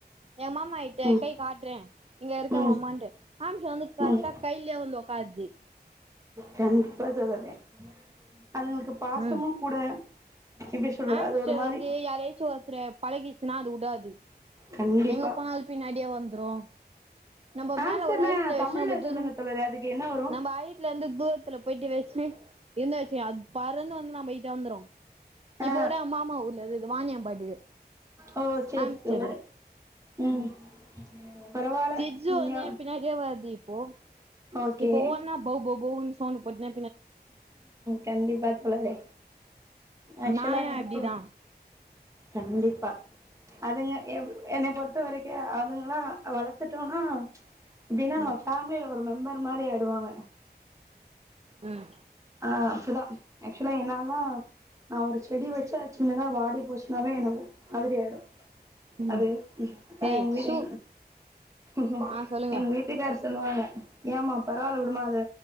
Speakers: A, on the right; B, on the right.
A: எ மாமா கிட்ட
B: ம்
A: கை காட்றே இங்க இருக்கெ
B: ம்
A: மாமான்ட்டு ஆம்ஸ்டர் வந்து கரெக்டா
B: ம்
A: கைலயே வந்து ஒக்காருது
B: கண்டிப்பா தோழரே அதுங்ளுக்கு பாசமு
A: ம்
B: கூட எப்டி சொல்றது
A: ஆம்ஸ்டர்
B: அது ஒரு மாரி
A: வந்து யாரயாச்சு ஒருத்தர பழகிருச்சுனா அது வுடாது
B: கண்டிப்பா
A: எங்க போனால் பின்னாடியே வந்துரு நம்ம
B: ஹாம்ஸ்டர்னா‌
A: மேல ஒரு ஹைட்ல வச்சு
B: தமிழ்ல
A: நம்ம
B: சொல்லுங்க
A: தூரம்
B: தோழரே அதுக்கு என்ன வரு
A: நம்ம ஹைட்ல இருந்து தூரத்துல போயிட்டு வச்சே என்னா ச்சு அத் பறந்து வந்து நம்ம கிட்ட வந்துரு
B: ஆ
A: இப்போ கூட மாமா ஊர்ல இருந்துது வாணியம்பாடிது
B: ஓ சேரி
A: ஆம்ஸ்டரு
B: தோழரே ம் பரவால்ல
A: சிஜ்ஜு
B: நீங்க
A: ஒட்னே எ பின்னாடியே வருது இப் போ
B: ஓகே
A: இப்போ ஒவ்வொன்னா பௌ பௌ பௌன் சவுண்டு போட்னே
B: கண்டிப்பா தோழரே ஆக்சுவலா
A: நாயு
B: எனக்கு
A: அப்டிதா
B: கண்டிப்பா அதுங்க எ என்ன பொறு த்த வரைக்கு அதுங்லா வளத்துட்டோனா எப்பிடினா நம்ம
A: ம்
B: ஃபேமிலில ஒரு மெம்பர் ம் மாரி ஆய்டுவாங்க
A: ம்
B: ஆ அப்பிடிதா ஆக்சுவலா என்னல்லா நா ஒரு செடி வச்ச சின்னதா வாடி போச்சின்னாவே எனக்கு மாதிரி ஆயிடு
A: ம்
B: அது ஆ
A: ஏய்
B: எங்க வீட்டு
A: சு
B: ம்ம்
A: ஆ சொல்லுங்க
B: எங்க வீட்டுக்கார்ஸ் சொல்லுவாங்க ஏமா பரவாயிலவுடுமா அத